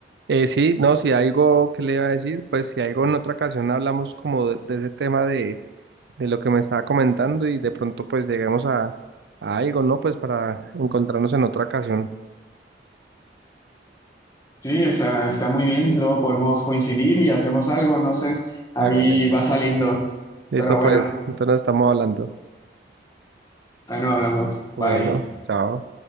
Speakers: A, on the right (about 70°); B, on the left (about 20°).
A: Eh, sí, no, si algo que le iba a decir, pues si algo en otra ocasión hablamos como de de ese tema de, de lo que me estaba comentando y de pronto pues lleguemos a, a algo, ¿no? Pues para encontrarnos en otra ocasión.
B: Sí, o sea, está muy bien, luego podemos coincidir y hacemos algo, no sé, ahí
A: Hágale.
B: va saliendo.
A: Listo,
B: Pero bueno,
A: pues, entonces nos estamos hablando.
B: ahí nos hablamos.
A: Bueno,
B: Bye.
A: chao.